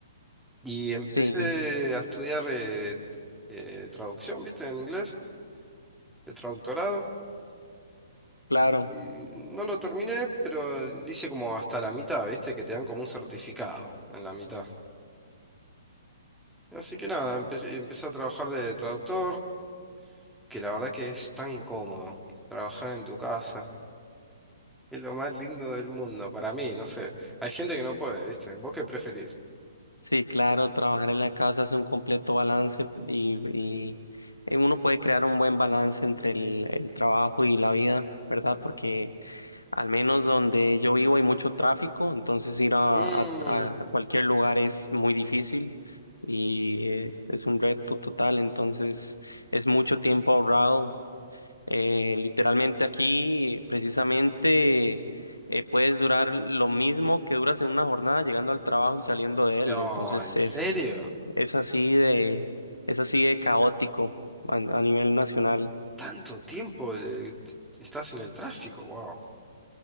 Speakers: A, in the centre; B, on the left.
A: Y empecé
B: sí,
A: a estudiar eh, eh, traducción, ¿viste? En inglés, el traductorado.
B: claro,
A: Y, y no lo terminé, pero lo hice como hasta la mitad, ¿viste? Que te dan como un certificado en la mitad. Así que nada, empecé, empecé a trabajar de traductor, que la verdad que es tan cómodo trabajar en tu casa. Es lo más lindo del mundo, para mí, no sé. Hay gente que no puede, ¿viste? ¿Vos qué preferís?
B: sí, claro, trabajar en la casa es un completo balance y, y eh, uno puede crear un buen balance entre el, el trabajo y la vida, ¿verdad? Porque Al menos donde yo vivo hay mucho tráfico, entonces ir a,
A: Mm,
B: a- a cualquier lugar es muy difícil y eh, es, un reto total, entonces es mucho tiempo ahorrado. Eh, literalmente aquí, precisamente, eh, puedes durar lo mismo que duras en una jornada llegando al trabajo y saliendo de
A: no,
B: él, entonces
A: ¿en serio?
B: es, es así de, es así de caótico a a nivel nacional,
A: ¿Tanto tiempo eh, t- estás en el tráfico? Wow.